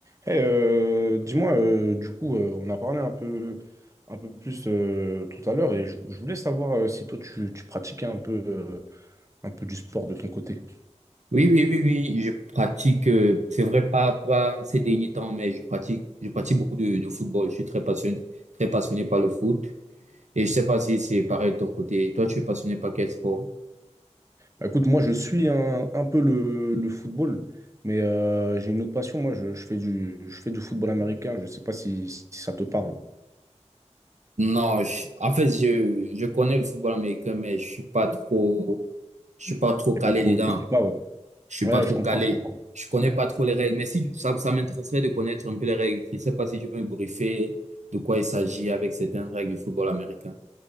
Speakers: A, on the right; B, on the right.
A: Hey, euh, dis-moi, euh, du coup, euh, on a parlé un peu, un peu plus euh, tout à l'heure et je, je voulais savoir euh, si toi tu, tu pratiquais un peu, euh, un peu du sport de ton côté.
B: Oui, oui, oui, oui, je pratique, euh, c'est vrai, pas, pas ces derniers temps, mais je pratique, je pratique beaucoup de, de football. Je suis très passionné, très passionné par le foot. Et je sais pas si c'est pareil de ton côté. Toi, tu es passionné par quel sport?
A: Bah, écoute, moi je suis un, un peu le, le football, mais euh, j'ai une autre passion. Moi, je, je fais du, je fais du football américain. Je ne sais pas si, si ça te parle.
B: Non, je- en fait, je, je connais le football américain, mais je suis pas trop, je suis pas trop
A: Et
B: calé
A: pas trop,
B: dedans.
A: tu suis pas. Ouais,
B: Je suis
A: Ouais,
B: pas trop
A: je comprends,
B: calé.
A: je comprends.
B: Je connais pas trop les règles, mais si tu- ça, ça m'intéresserait de connaître un peu les règles. Je sais pas si tu peux me briefer de quoi il s'agit avec certaines règles du football américain.